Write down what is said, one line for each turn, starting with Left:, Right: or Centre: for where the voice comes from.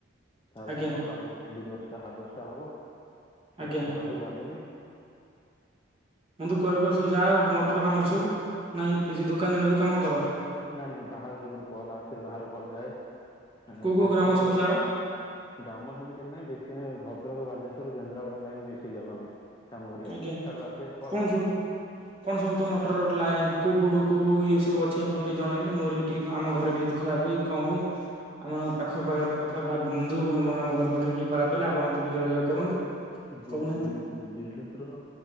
Left: ତାରେ
Right: ଆଜ୍ଞା
Left: ମୁଁ ସକାଳକୁ ଉଠ ଉଠିଲି ଦଶଟା ସାଢ଼େ ଦଶଟା ହବ
Right: ଆଜ୍ଞା
Left: ଆଜି ଖରାରେ ଗଲେଣିି
Right: ମୁନ୍ତୁ କୁଆଡେ କୁଆଡେ ସବୁ ଯାଅ ମଟର କାମରେ ସବୁ ନହିଁ କି ଦୋକାନରେ ରହି କାମ କର?
Left: ନାଇଁ ନାଇଁ ବାହାରକୁ ଯୋଉଠି କଲ ଆସେ ବାହାର କଲ ଯାଏ
Right: କୋଉ କୋଉ
Left: ବେଶୀ
Right: ଗ୍ରାମ
Left: ଆମର
Right: ସବୁ ଯାଅ
Left: ଗ୍ରାମ ସେମିତି କିଛି ନାହିଁ ବେଶୀ ଆମେ ଭଦ୍ରକ ବାଲେଶ୍ଵର କେନ୍ଦ୍ରାପଡା ଲାଇନ ବେଶୀ ଯାଉ ଆମେ କାମ କରିବାକୁ
Right: ଆଜ୍ଞା
Left: ସେଆଡୁ ଆସିବେ କଲ।
Right: କଣ ସବୁ କଣ ସବୁ ତ ମଟର ଲା କେଉ ବୁଡ଼ କେଉ କଉ ଏଇସବୁ ଅଛି ଆପଣ ଟିକେ ଜଣେଇଲେ ମୋର ବି ଟିକେ ଆମ ଘରେ ବି ଖରାପହୁଏ କ ପାଇଁ? ଆମ ପାଖ ପାଖ ବନ୍ଧୁ ଆମ ଘର ପାଖରେ କିଏ ଖରାପ ହେଲେ ଆପଣ ତାକୁ ଯୋଗାଯୋଗ କରନ୍ତୁ।
Left: <unintelligible>
Right: କହୁନାହାନ୍ତି
Left: ବିଦ୍ୟୁତ ର